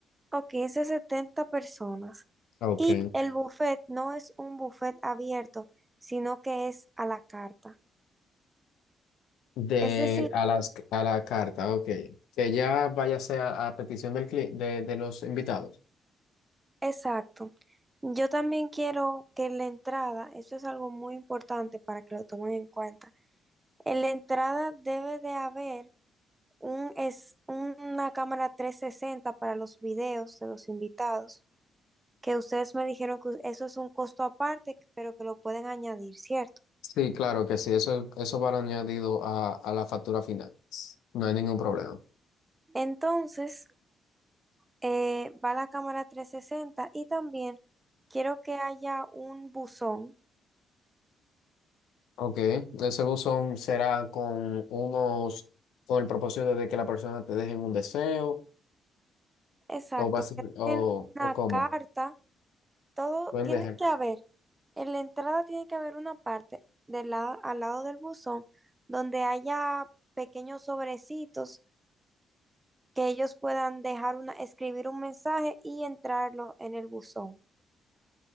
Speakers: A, on the right; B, on the left.
A: Ok, es de 70 personas.
B: Ok.
A: Y el buffet no es un buffet abierto, sino que es a la carta.
B: De
A: Es decir,
B: a las a la carta, ok. Que ya váyase a, a petición del cli- de, de los invitados.
A: exacto. Yo también quiero que la entrada, eso es algo muy importante para que lo tomen en cuenta. En la entrada debe de haber un, es, una cámara 360 para los videos de los invitados. que ustedes me dijeron que eso es un costo aparte, pero que lo pueden añadir, ¿cierto?
B: Sí, claro que sí, eso, eso va añadido a, a la factura final. No hay ningún problema.
A: Entonces, eh, va la cámara 360 y también quiero que haya un buzón,
B: Ok, ese buzón será con unos, con el propósito de que la persona te deje un deseo
A: exacto,
B: O, basi-
A: que tengan
B: o,
A: una
B: o cómo.
A: carta, todo
B: Buen
A: tiene
B: ejemplo.
A: que haber, en la entrada tiene que haber una parte del lado, al lado del buzón donde haya pequeños sobrecitos que ellos puedan dejar una, escribir un mensaje y entrarlo en el buzón.